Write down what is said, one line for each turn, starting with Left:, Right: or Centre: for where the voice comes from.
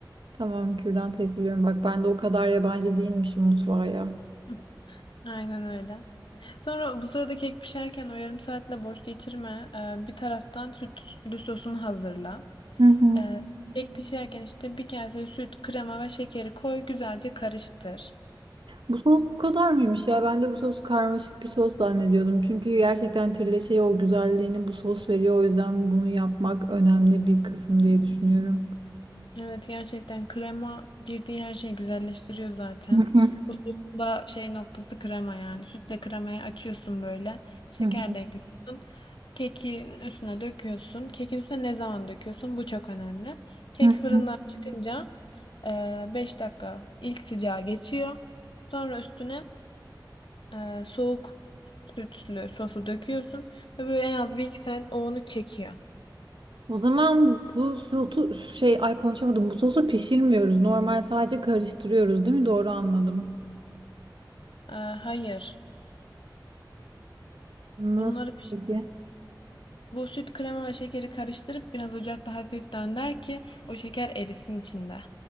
Right: Tamam kürdan test ediyorum. Bak ben de o kadar yabancı değilmişim mutfağa ya.
Left: Hı, Aynen öyle. Sonra bu sırada kek pişerken o yarım saatinde boş geçirme. Ee, bir taraftan sütlü sosunu hazırla.
Right: Hı hı.
Left: Ee, kek pişerken işte bir kase süt, krema ve şekeri koy, güzelce karıştır.
Right: Bu sos bu kadar mıymış ya? Ben de bu sos karmaşık bir sos zannediyordum. Çünkü gerçekten trileçeye o güzelliğini bu sos veriyor. O yüzden bunu yapmak önemli bir kısım diye düşünüyorum.
Left: Evet gerçekten krema girdiği her şeyi güzelleştiriyor zaten.
Right: Hı hı,
Left: Bu sosun da şey noktası krema yani. Sütle kremayı açıyorsun böyle. Şeker
Right: Hı hı.
Left: de ekliyorsun. Kekin üstüne döküyorsun. Kekin üstüne ne zaman döküyorsun? Bu çok önemli. Kek
Right: hı
Left: fırından
Right: hı.
Left: çıkınca 5 dakika ilk sıcağı geçiyor. Sonra üstüne e, soğuk sütlü sosu döküyorsun. Ve böyle en az bir iki saat o onu çekiyor.
Right: O zaman bu sosu şey ay konuşamadım. Bu sosu pişirmiyoruz. Normal sadece karıştırıyoruz, değil mi? Doğru anladım.
Left: E, hayır.
Right: Nasıl
Left: Bunları
Right: peki?
Left: bu süt krema ve şekeri karıştırıp biraz ocakta hafif dönder ki o şeker erisin içinde.